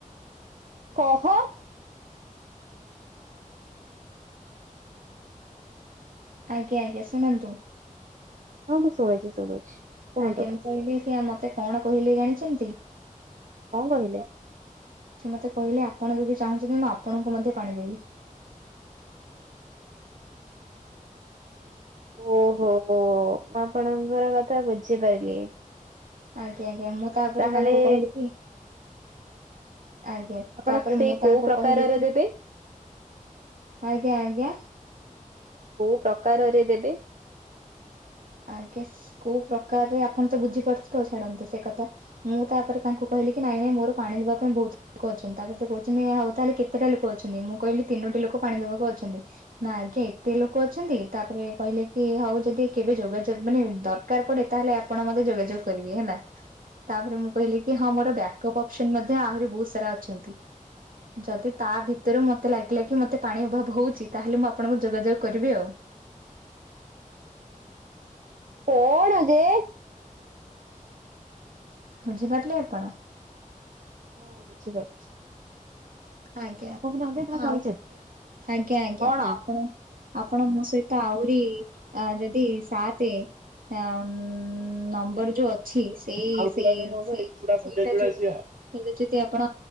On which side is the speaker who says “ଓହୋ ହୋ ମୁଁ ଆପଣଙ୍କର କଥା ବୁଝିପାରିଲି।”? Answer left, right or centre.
Right